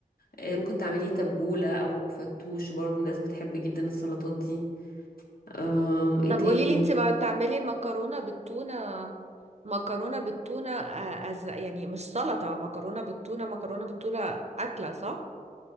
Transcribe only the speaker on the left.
آه ممكن تعملي تبولة او فتوش برضو الناس بتحب جدا السلطات دي آه ايه
تاني